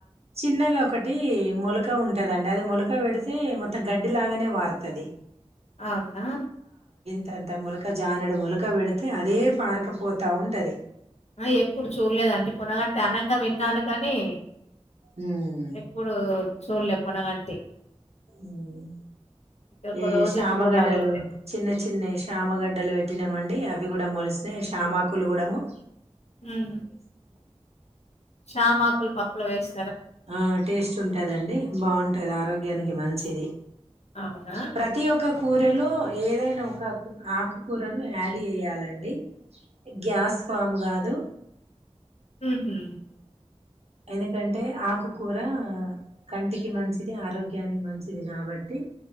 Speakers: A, on the right; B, on the left.
A: చిన్నగా ఒకటి మొలక ఉంట్ ఉంటదండి. అది మొలక పెడితే మొత్తం. గడ్డి లాగానే వారుతది.
B: అవునా
A: తంత మొలక, జానడు మొలక పెడితే అదే పారకపోతా ఉంటది.
B: ఆ ఎప్పుడు చూడలేదండి. పొనగంటి అనంగా విన్నాను కానీ.
A: ఉమ్
B: ఎప్పుడు చూల్లే పొనగంటి.
A: ఉహ్
B: ఒక
A: ఈ
B: రోజు
A: శ్యామగడ్డలు,
B: చూడాలయితే
A: చిన్న చిన్న శామగడ్డలు పెట్టిన మాండ్ డి అవి గూడా మొలిసినాయి. షామాకులుగూడాము
B: ఉమ్ శ్యామకులు పప్పుల వేస్
A: ఆ టేస్ట్ ఉంటదండి. బావుంటది ఆరోగ్యానికి మంచిది.
B: అవునా
A: ప్రతి ఒక కూరలో ఏదైనా ఒకాకు ఆకుకూరను యాడ్ జెయ్యాలండి గ్యాస్ ఫామ్ గాదు
B: ఊహు
A: ఎందుకంటే ఆ కుకూర కంటికి మంచిది ఆరోగ్యానికి మంచిది గాబట్టి